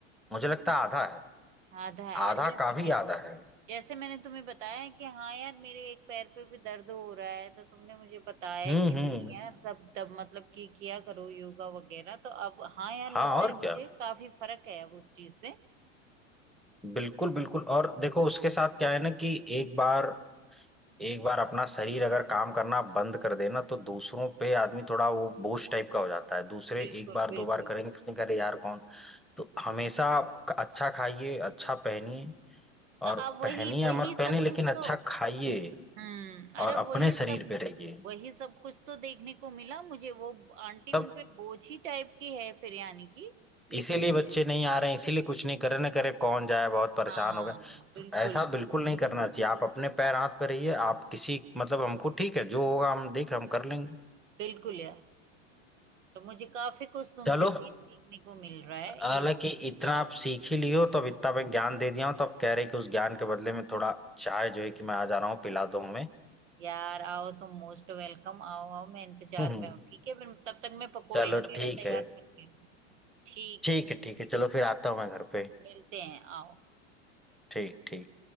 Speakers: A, in the centre; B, on the right.
A: मुझे लगता है आधा है
B: आधा है और
A: आधा
B: जैसे
A: काम
B: कि
A: ही आधा है
B: जैसे मैंने तुम्हें बताया कि हाँ यार मेरे एक पैर पे भी दर्द हो रहा है तो तुमने मुझे बताया
A: हम्म
B: कि नहीं
A: हम्म
B: यार सब तब मतलब कि किया करो योगा वगैरह तो अब हाँ यार लगता
A: हाँ और
B: है मुझे
A: क्या
B: काफी फर्क है अब उस चीज से
A: बिल्कुल बिल्कुल और देखो उसके साथ क्या है ना कि एक बार एक बार अपना शरीर अगर काम करना बंद कर देना तो दूसरों पे आदमी थोड़ा वो बोझ टाइप का हो जाता है दूसरे
B: बिल्कुल
A: एक बार दो
B: बिल्कुल
A: बार करेंगे तो फिर करें यार कौन तो हमेशा आप अच्छा खाइए अच्छा पहनिए
B: तो
A: और
B: अब वही
A: पहनिए
B: वही
A: या मत
B: सब
A: पहने लेकिन
B: कुछ तो
A: अच्छा खाइए
B: हम्म अरे
A: और
B: वही
A: अपने शरीर
B: सब
A: पे रहिए
B: वही सब कुछ तो देखने को मिला मुझे वो आंटी
A: तब
B: उनपे बोझ ही टाइप की है फिर यानी कि
A: इसीलिए
B: जबकि
A: बच्चे नहीं आ रहे हैं इसीलिए कुछ नहीं करे ना करे कौन जाए बहुत परेशान
B: हाँ
A: हो गए
B: बिल्कुल
A: तो ऐसा
B: बिल्कुल
A: बिल्कुल नहीं करना चाहिए आप अपने पैर हाथ पे रहिए आप किसी मतलब हमको ठीक है जो होगा हम देख हम कर लेंगे
B: बिल्कुल यार तो मुझे काफी कुछ तुमसे
A: चलो
B: भी सीखने को मिल रहा है
A: हालांकि
B: ये
A: इतना आप सीख ही लियो तो अब इतना मैं ज्ञान दे दिया हूं तो आप कह रहे हैं कि उस ज्ञान के बदले में थोड़ा चाय जो है कि मैं आ जा रहा हूँ पिला दो हमें
B: यार आओ तुम मोस्ट वेलकम आओ आओ मैं इंतजार
A: <laughs>
B: में हूँ ठीक है फिर तब तक मैं पकोड़े
A: चलो
B: वगैरह
A: ठीक
B: तैयार
A: है
B: करती हूँ ठीक
A: ठीक
B: है
A: है ठीक है चलो फिर आता हूँ मैं घर पे
B: मिलते हैं आओ
A: ठीक ठीक